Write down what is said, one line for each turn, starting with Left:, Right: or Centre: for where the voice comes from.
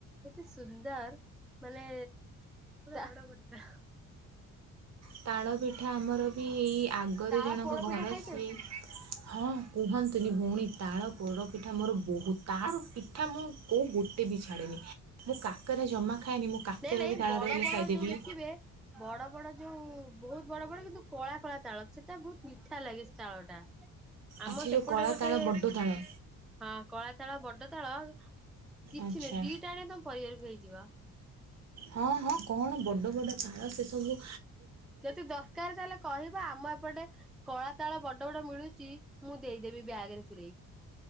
Centre: ଏତେ ସୁନ୍ଦର। ମାନେ ଆର।
Right: ତାଳ ପିଠା ଆମର ବି ଏଇ ଆଗରେ
Centre: ତାଳ
Right: ଜଣଙ୍କ
Centre: ପୋଡ
Right: ଘର
Centre: ପିଠା ଖାଇଛନ୍ତି
Right: ସିଏ ହଁ। କୁହନ୍ତୁନି ଭଉଣୀ ତାଳ ପୋଡ଼ପିଠା ମୋର ବହୁତ ତାଳ ପିଠା ମୁଁ। କୋଉ ଗୋଟେ ବି ଛାଡ଼େନି ମୁଁ କା। କାକେରା ଜମା ଖାଏନି ମୁଁ କାକେରାରେ
Centre: ନାଇଁ ନାଇଁ
Right: ବି ତାଳ
Centre: ବଡ
Right: ରହିଲେ
Centre: ବଡ
Right: ଖାଇଦେବି।
Centre: ଯୋଉ ଦେଖିବେ ବଡ ବଡ ଯୋଉ ବହୁତ ବଡ ବଡ କିନ୍ତୁ କଳା କଳା ତାଳ ସେଟା ବହୁତ ମିଠା ଲାଗେ ସେ ତାଳ ଟା। ଆମ
Right: ଆଚ୍ଛା
Centre: ସେପଟେ
Right: ଯୋଉ କଳା
Centre: ଗୋଟେ
Right: ତାଳ ବଡ ତାଳ।
Centre: ହଁ କଳା ତାଳ ବଡ ତାଳ କିଛି
Right: ଆଚ୍ଛା
Centre: ନୁହେଁ ଦିଟା ଆଣେ ତମ ପରିବାରକୁ ହେଇଯିବ।
Right: ହଁ ହଁ କଣ ବଡ ବଡ ଚାଳ ସେ ସବୁ।
Centre: ଯଦି ଦରକାର ତାହେଲେ କହିବା ଆମ ଏପଟେ। କଳା ତାଳ ବଡ ବଡ ମିଳୁଛି ମୁଁ ଦେଇଦେବି ବ୍ୟାଗ ରେ ପୂରେଇକି।